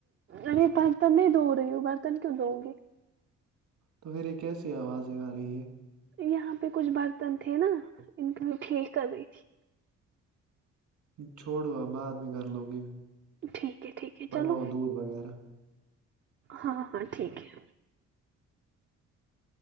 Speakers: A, on the right; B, on the right.
A: ارے برتن نہیں دھ رہی ہ برتن کیوں د گی
B: تو پھر یہ کیسی آوازیں آ رہی ہے
A: یہاں پہ کچھ برتن تھے نا ان کی وہ ٹھیک کر رہی تھی
B: چھوڑو آ بعد میں کر لو گے
A: ٹھیک ہے ٹھیک ہے
B: بناؤ
A: چلو
B: دودھ وغیرہ
A: ہاں ہاں ٹھیک ہے